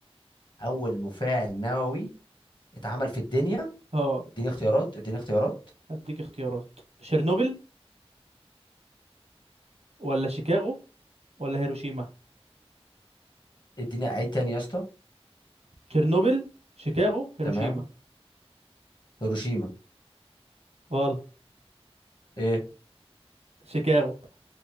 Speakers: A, on the left (about 45°); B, on the right (about 85°).
A: اول مفاعل نووي اتعمل في الدنيا
B: اه
A: اديني اختيارات اديني اختيارات
B: هديك اختيارات شيرنوبل ولا شيكاغو ولا هيروشيما
A: اديني عيد تاني يا اسطى
B: تشيرنوبل شيكاغو هيروشيما
A: تمام هيروشيما
B: غلط
A: ايه
B: شيكاغو